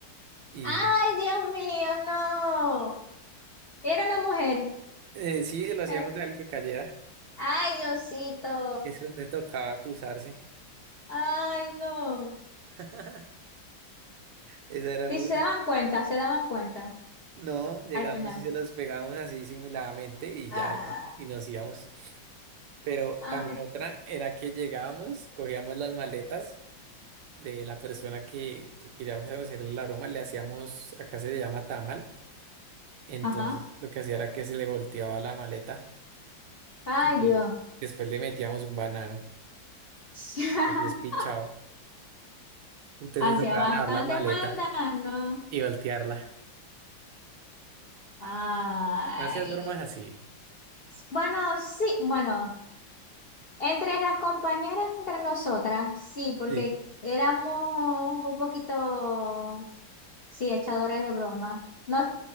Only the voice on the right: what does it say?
y
eh, sí, se lo hacíamos
al que cayera,
eso le tocaba atusarse.
<laughs> Esa era
una.
No, llegamos
y se los pegábamos así simuladamente y
ya, y, y nos íbamos. Pero
también otra era que llegábamos, cogíamos las maletas. de la persona que, que queríamos hacerle la broma, le hacíamos, acá se le llama tamal, entonces
lo que hacía era que se le volteaba la maleta
y
después le metíamos un banano,
aquí es pichado, entonces
le tocaba
lavar la maleta
y voltearla.
Gracias, bromas así.
Sí.